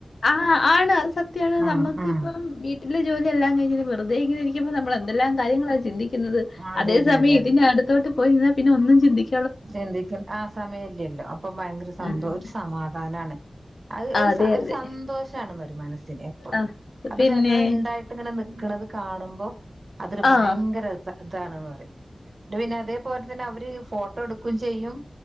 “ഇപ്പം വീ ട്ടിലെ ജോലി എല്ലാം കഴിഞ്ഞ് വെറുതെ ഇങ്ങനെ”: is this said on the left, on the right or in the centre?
Left